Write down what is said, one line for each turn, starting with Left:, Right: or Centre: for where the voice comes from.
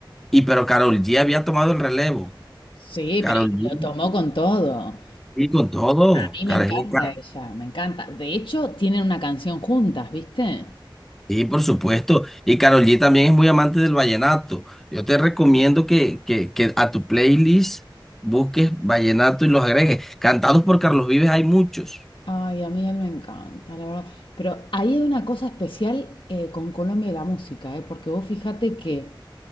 Centre: Y pero Karol G había tomado el relevo.
Left: Sí,
Centre: Karol
Left: pero y
Centre: G,
Left: lo tomó con todo.
Centre: sí, con todo.
Left: A mí
Centre: Karol
Left: me encanta
Centre: G, ca-
Left: ella, me encanta. De hecho, tienen una canción juntas, ¿viste?
Centre: sí, por supuesto. Y Karol G también es muy amante del vallenato. Yo te recomiendo que, que, que a tu playlist busques vallenato y los agregues. Cantados por Carlos Vives hay muchos.
Left: Ay, a mí él me encanta, la verdad. Pero ahí hay una cosa especial eh, con Colombia y la música, ¿eh? Porque vos fíjate que